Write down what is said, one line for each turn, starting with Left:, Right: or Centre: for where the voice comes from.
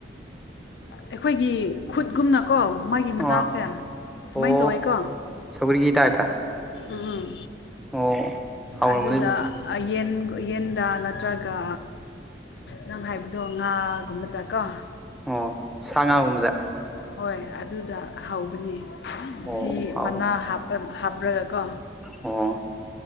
Left: ꯑꯩꯈꯣꯏꯒꯤ ꯈꯨꯠꯒꯨꯝꯅꯀꯣ ꯃꯥꯒꯤ
Centre: ꯑꯣ
Left: ꯃꯅꯥꯁꯦ ꯁꯨꯃꯥꯏꯅ
Centre: ꯑꯣ
Left: ꯇꯧꯋꯦꯀꯣ
Centre: ꯁꯧꯒ꯭ꯔꯤꯒꯤ ꯇꯥꯏꯞꯇ
Left: ꯎꯝ
Centre: ꯑꯣ ꯍꯥꯎꯔꯝꯃꯅꯤ
Left: ꯑꯗꯨꯗ
Centre: ꯑꯗꯨꯗꯤ
Left: ꯌꯦꯟ ꯌꯦꯟꯗ ꯅꯠꯇ꯭ꯔꯒ ꯅꯪ ꯍꯥꯏꯕꯗꯣ ꯉꯥꯒꯨꯝꯕꯗꯀꯣ
Centre: ꯑꯣ ꯁꯉꯒꯨꯝꯕꯗ
Left: ꯍꯣꯏ ꯑꯗꯨꯗ ꯍꯧꯕꯅꯦ
Centre: ꯑꯣ
Left: ꯁꯤ
Centre: ꯍꯥꯎꯕꯅꯦ
Left: ꯃꯅꯥꯄ ꯍꯥꯞꯄ꯭ꯔꯒꯀꯣ
Centre: ꯑꯣ